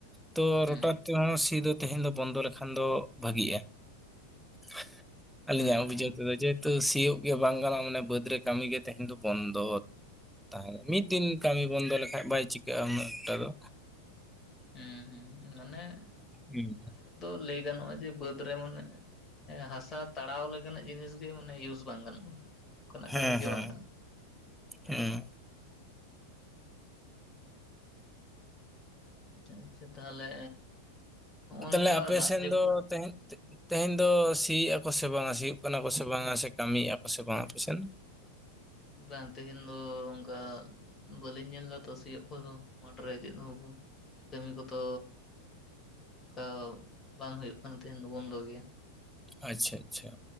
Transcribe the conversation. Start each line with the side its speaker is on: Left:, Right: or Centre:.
Centre: ᱛᱚ
Left: ᱦᱩᱸ
Centre: ᱨᱩᱴᱟᱨ ᱛᱮᱦᱚᱸ ᱥᱤ ᱫᱚ ᱛᱮᱦᱮᱧ ᱫᱚ ᱵᱚᱱᱫᱚ ᱞᱮᱠᱷᱟᱱ ᱫᱚ ᱵᱷᱟᱹᱜᱤᱜᱼᱟ <inaudible> ᱟᱞᱮᱭᱟᱜ
Left: ᱦᱮᱸ
Centre: ᱡᱮᱦᱚᱛᱩᱭ ᱥᱤᱭᱩᱜ ᱤᱭᱟᱹ ᱵᱟᱝ ᱜᱟᱱᱚᱜᱼᱟ ᱢᱟᱱᱮ ᱵᱟᱹᱫᱽ ᱨᱮ ᱠᱟᱹᱢᱤ ᱜᱮ ᱛᱮᱦᱮᱧ ᱫᱚ ᱵᱚᱱᱫᱚ ᱛᱟᱦᱮᱸᱱᱟ ᱢᱤᱫ ᱫᱤᱱ ᱠᱟᱹᱢᱤ ᱵᱚᱱᱫᱚ ᱞᱮᱠᱷᱟᱡ ᱵᱟᱭ ᱪᱤᱠᱟᱹᱜᱼᱟ ᱩᱱᱟᱹᱜ ᱮᱠᱴᱟ ᱫᱚ
Left: ᱦᱮᱸ ᱦᱮᱸ ᱢᱟᱱᱮ
Centre: ᱦᱩᱸ
Left: ᱚᱱᱟ ᱦᱤᱞᱳᱜ ᱫᱚ ᱞᱟᱹᱭ ᱜᱟᱱᱚᱜᱼᱟ ᱡᱮ ᱵᱟᱹᱫᱽ ᱨᱮ ᱢᱟᱱᱮ ᱦᱟᱥᱟ ᱛᱟᱲᱟᱣ ᱞᱮᱠᱟᱱᱼᱟᱜ ᱡᱤᱱᱤᱥ ᱜᱮ ᱢᱟᱱᱮ ᱤᱭᱩᱥ ᱵᱟᱝ ᱜᱟᱱᱚᱜᱼᱟ ᱚᱱᱠᱟᱱᱟᱜ
Centre: ᱦᱮᱸ
Left: ᱠᱟᱹᱢᱤ
Centre: ᱦᱮᱸ
Left: ᱜᱮ ᱵᱟᱝ ᱜᱟᱱᱚᱜᱼᱟ
Centre: ᱦᱮᱸ᱾
Left: ᱟᱪᱪᱷᱟ ᱟᱪᱪᱷᱟ, ᱛᱟᱦᱚᱞᱮ ᱱᱚᱜᱼᱚ
Centre: ᱛᱟᱞᱦᱮ
Left: ᱱᱚᱝᱠᱟ
Centre: ᱟᱯᱮ
Left: ᱫᱟᱜ
Centre: ᱥᱮᱱ
Left: ᱡᱟᱹᱯᱩᱫ
Centre: ᱫᱚ ᱛᱮᱦᱮᱧ ᱛᱮᱦᱮᱧ ᱫᱚ ᱥᱤᱭᱮᱜᱼᱟ ᱠᱚ ᱥᱮ ᱵᱟᱝᱟ ᱥᱤᱭᱩᱜ ᱠᱟᱱᱟ ᱠᱚ ᱥᱮ ᱵᱟᱝᱟ ᱥᱮ ᱠᱟᱹᱢᱤᱭᱮᱜᱼᱟ ᱠᱚ ᱥᱮ ᱵᱟᱝ ᱟᱯᱮ ᱥᱮᱱ
Left: ᱵᱟᱝ ᱛᱮᱦᱤᱧ ᱫᱚ ᱚᱱᱠᱟ ᱵᱟᱹᱞᱤᱧ ᱧᱮᱞ ᱫᱟ ᱛᱚ ᱥᱤᱭᱳᱜ ᱠᱚᱫᱚ ᱢᱟᱴᱷᱨᱮ ᱪᱮᱫ ᱵᱟᱠᱚ ᱠᱟᱹᱢᱤ ᱠᱚᱛᱚ ᱚᱱᱠᱟ ᱵᱟᱝ ᱦᱩᱭᱩᱜ ᱠᱟᱱᱟ ᱛᱮᱦᱧ ᱫᱚ ᱵᱚᱱᱫᱚ ᱜᱮᱭᱟ᱾
Centre: ᱟᱪᱪᱷᱟ ᱟᱪᱪᱷᱟ,